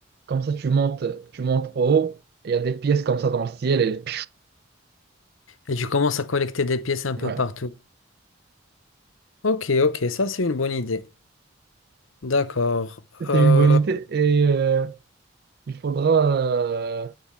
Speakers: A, on the right; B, on the left.
A: comme ça, tu montes, tu montes en haut, et il y a des pièces comme ça dans le ciel. Et...
B: Et tu commences à collecter des pièces un peu
A: Ouais.
B: partout. Ok, ok, ça c'est une bonne idée. D'accord.
A: C'est
B: Euh,
A: une bonne idée. Et euh, il faudra. euh,